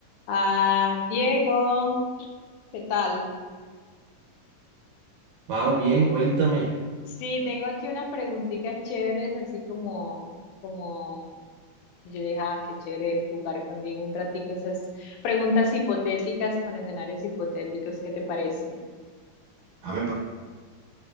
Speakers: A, on the left; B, on the right.
A: Ah, Diego, ¿qué tal?
B: Pau, bien, cuéntame.
A: Sí, tengo aquí unas preguntitas chéveres, así como, como yo dije, ah, qué chévere jugar con Diego un ratico, esas preguntas hipotéticas con escenarios hipotéticos, ¿qué te parece?
B: A